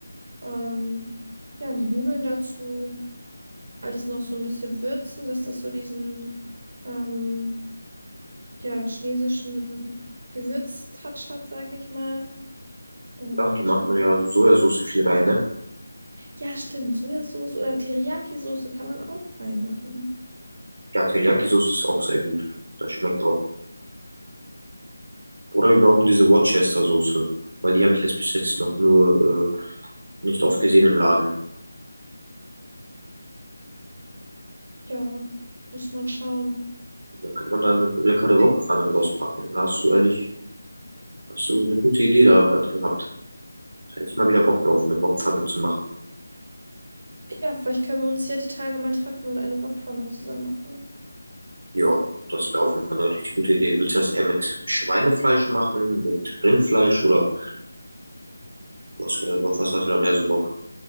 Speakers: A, on the right; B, on the right.
A: Ähm, ja, und die Nudeln dazu. Alles noch so ein bisschen würzen, dass das so diesen ähm, ja, chinesischen Gewürztouch hat, sage ich mal. Und
B: Ja, die macht man ja Sojasauce viel rein, ne?
A: Ja, stimmt. Sojasauce oder Teriyaki-Soße kann man auch reinmachen.
B: Ja, Teriyaki-Soße ist auch sehr gut. Das schmeckt auch. Oder wir brauchen diese Worcester-Soße. Weil die habe ich jetzt bis jetzt noch nur äh, nicht oft gesehen im Laden.
A: Ja, muss man schauen.
B: Dann könnte man da eine leckere
A: Merk-
B: Wokpfanne draus machen. Da hast du ehrlich, hast du eine gute Idee da gerade gehabt. Da hätte ich mal wieder Bock drauf, eine Wokpfanne zu machen.
A: Ja, vielleicht können wir uns ja die Tage mal treffen und eine Wokpfanne zusammen machen.
B: Ja, das wäre auf jeden Fall eine richtig gute Idee. Willst du das eher mit Schweinefleisch machen, mit Rindfleisch oder was, auf was hast du da mehr so Bock?